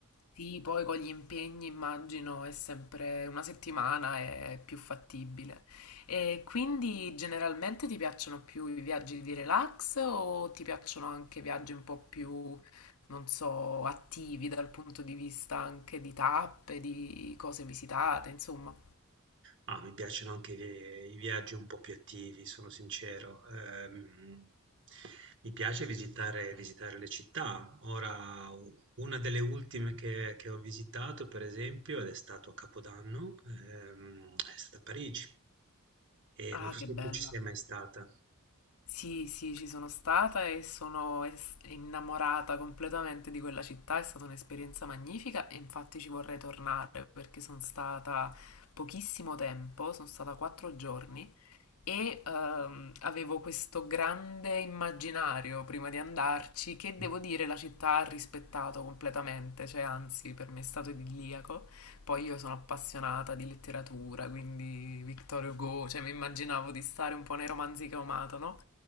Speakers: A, on the left; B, on the right.
A: Sì, poi con gli impegni immagino è sempre una settimana è più fattibile. E quindi generalmente ti piacciono più i viaggi di relax o ti piacciono anche viaggi un po' più, non so, attivi dal punto di vista anche di tappe, di cose visitate, insomma.
B: Ah, mi piacciono anche i vi- i viaggi un po' più attivi, sono sincero. Ehm, mi piace visitare, visitare le città. Ora, u- una delle ultime che, che ho visitato, per esempio, ed è stato a Capodanno, ehm, è stata Parigi. E
A: Ah,
B: non so
A: che
B: se
A: bella.
B: tu ci sei mai stata.
A: Sì, sì, ci sono stata e sono es- innamorata completamente di quella città, è stata un'esperienza magnifica e infatti ci vorrei tornare perché sono stata pochissimo tempo, sono stata quattro giorni e ehm, avevo questo grande immaginario prima di andarci che devo
B: Mm.
A: dire la città ha rispettato completamente, cioè anzi per me è stato idilliaco. Poi io sono appassionata di letteratura, quindi Victor Hugo, cioè mi immaginavo di stare un po' nei romanzi che ho amato, no?